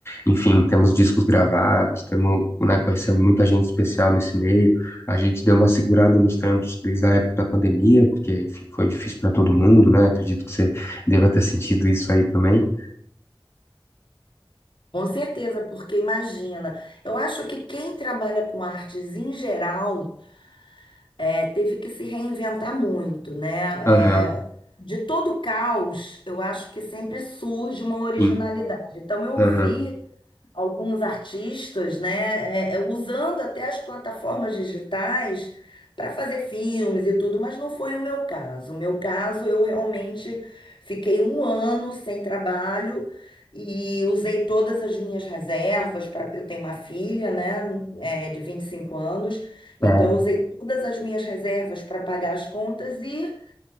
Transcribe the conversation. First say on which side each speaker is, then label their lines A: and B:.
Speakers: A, on the left; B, on the left.
A: enfim, temos discos gravados, temos, né, conhecemos muita gente especial nesse meio. A gente deu uma segurada nos trampos desde a época da pandemia, porque, enfim, foi difícil para todo mundo, né? Acredito que você deva ter sentido isso aí também.
B: Com certeza, porque imagina, eu acho que quem trabalha com artes em geral é, teve que se reinventar muito, né?
A: Aham,
B: É, de todo caos, eu acho que sempre surge uma originalidade.
A: sim.
B: Então eu
A: Aham,
B: vi alguns artistas, né, é, é, usando até as plataformas digitais para fazer filmes e tudo, mas não foi o meu caso. O meu caso, eu realmente fiquei um ano sem trabalho e usei todas as minhas reservas para eu tenho uma filha, né, é, de 25 anos, então
A: tá,
B: usei todas as minhas reservas para pagar as contas e